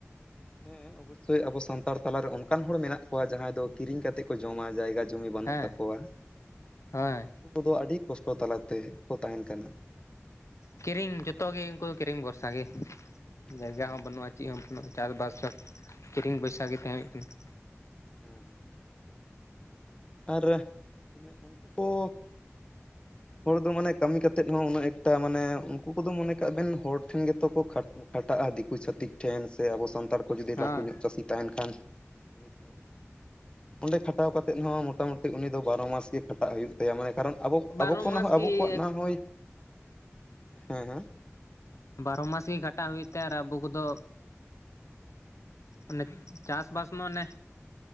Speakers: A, on the left; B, on the left.
A: ᱦᱮᱸ, ᱚᱵᱚᱥᱥᱳᱭ ᱟᱵᱚ ᱥᱟᱱᱛᱟᱲ ᱛᱟᱞᱟᱨᱮ ᱚᱱᱠᱟᱱ ᱦᱚᱲ ᱢᱮᱱᱟᱜ ᱠᱚᱣᱟ ᱡᱟᱦᱟᱸᱭ ᱫᱚ ᱠᱤᱨᱤᱧ ᱠᱟᱛᱮ ᱠᱚ ᱡᱚᱢᱟ ᱾ ᱡᱟᱭᱜᱟ ᱡᱩᱢᱤ ᱵᱟᱹᱱᱩᱜ
B: ᱦᱮᱸ
A: ᱛᱟᱠᱚᱣᱟ,
B: ᱦᱳᱭ
A: ᱩᱱᱠᱩ ᱠᱚᱫᱚ ᱟᱹᱰᱤ ᱠᱚᱥᱴᱚ ᱛᱟᱞᱟ ᱛᱮᱠᱚ ᱛᱟᱦᱮᱱ ᱠᱟᱱᱟ ᱾
B: ᱠᱤᱨᱤᱧ ᱡᱚᱛᱚ ᱜᱮ ᱩᱱᱠᱩ ᱫᱚ ᱠᱤᱨᱤᱧ ᱵᱷᱚᱨᱥᱟ ᱜᱮ, ᱡᱟᱭᱜᱟ
A: ᱦᱮᱸ
B: ᱦᱚᱸ ᱵᱟᱹᱱᱩᱜᱼᱟ ᱾ ᱪᱮᱫ ᱦᱚᱸ, ᱵᱟᱹᱱᱼᱟ ᱪᱟᱥᱵᱟᱥ ᱦᱚᱸ, ᱠᱤᱨᱤᱧ ᱯᱚᱭᱥᱟ ᱜᱮ ᱛᱟᱦᱮᱸ ᱠᱟᱱᱟ ᱾
A: ᱦᱮᱸ ᱦᱮᱸ ᱾ ᱟᱨ ᱢᱟᱱᱮ ᱩᱱᱠᱩ ᱠᱚ ᱦᱚᱲ ᱫᱚ ᱢᱟᱱᱮ ᱠᱟᱹᱢᱤ ᱠᱟᱛᱮᱫ ᱦᱚᱸ, ᱩᱱᱟᱹᱜ ᱮᱠᱴᱟ ᱢᱟᱱᱮ ᱩᱱᱠᱩ ᱠᱚᱫᱚ ᱢᱚᱱᱮ ᱠᱟᱜ ᱵᱮᱱ ᱦᱚᱲ ᱴᱷᱮᱱ ᱜᱮᱛᱚ ᱠᱚ ᱠᱷᱟᱴᱟ ᱾ ᱠᱷᱟᱴᱟᱜᱼᱟ ᱫᱤᱠᱩᱼᱪᱷᱟᱹᱛᱤᱠ ᱴᱷᱮᱱ ᱥᱮ ᱟᱵᱚ ᱥᱟᱱᱛ ᱱᱮᱛᱟᱨ ᱠᱚ ᱡᱩᱫᱤ
B: ᱦᱮᱸ
A: ᱞᱟᱹᱴᱩ ᱧᱚᱜ ᱪᱟᱹᱥᱤ ᱛᱟᱦᱮᱱ ᱠᱷᱟᱱ, ᱩᱱᱤ ᱴᱷᱮᱱ ᱚᱸᱰᱮ ᱠᱷᱟᱴᱟᱣ ᱠᱟᱛᱮ ᱦᱚᱸ, ᱢᱚᱴᱟᱢᱩᱴᱤ ᱩᱱᱤᱫ ᱫᱚ ᱵᱟᱨᱚ ᱢᱟᱥ ᱜᱮ ᱠᱷᱟᱴᱟᱜ ᱦᱩᱭᱩᱜ ᱠᱟᱱᱟ ᱾ ᱢᱟᱱᱮ ᱠᱟᱨᱚᱱ ᱟᱵᱚ
B: ᱵᱟᱨᱚ
A: ᱟᱵᱚ ᱠᱚ
B: ᱢᱟᱥ
A: ᱟᱵᱚ
B: ᱜᱮ
A: ᱠᱚᱣᱟᱜ ᱱᱟ ᱦᱳᱭ, ᱦᱮᱸ ᱦᱮᱸ ᱾
B: ᱵᱟᱨᱚ ᱢᱟᱥ ᱜᱮ ᱠᱷᱟᱴᱟᱜ ᱦᱩᱭᱩᱜ ᱛᱟᱭ ᱟᱨ ᱟᱵᱚ ᱠᱚᱫᱚ ᱢᱟᱱᱮ ᱪᱟᱥᱵᱥᱢᱟ
A: ᱦᱮᱸ ᱦᱮᱸ
B: ᱚᱱᱮ